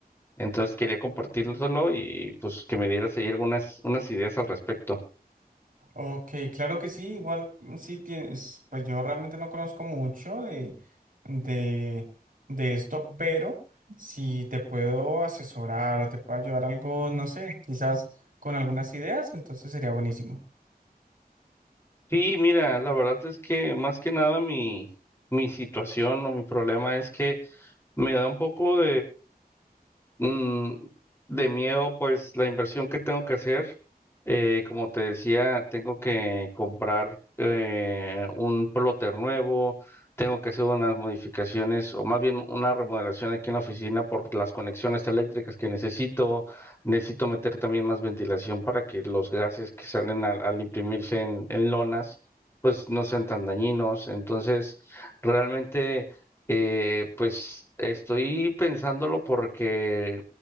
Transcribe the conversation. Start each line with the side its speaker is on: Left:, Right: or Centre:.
Left: Entonces quería compartirlo y pues que me dieras ahí algunas unas ideas al respecto.
Right: Ok, claro que sí, igual mm, sí tienes, pues yo realmente no conozco mucho de, de, de esto, pero si te puedo asesorar o te puedo ayudar algo, no sé, quizás con algunas ideas, entonces sería buenísimo.
Left: Sí, mira, la verdad es que más que nada mi, mi situación o mi problema es que me da un poco Mm, de miedo, pues la inversión que tengo que hacer, eh, como te decía, tengo que comprar eh, un plotter nuevo, tengo que hacer unas modificaciones o más bien una remodelación aquí en la oficina por las conexiones eléctricas que necesito, necesito meter también más ventilación para que los gases que salen al, al imprimirse en, en lonas, pues no sean tan dañinos. Entonces, realmente... Eh, pues estoy pensándolo porque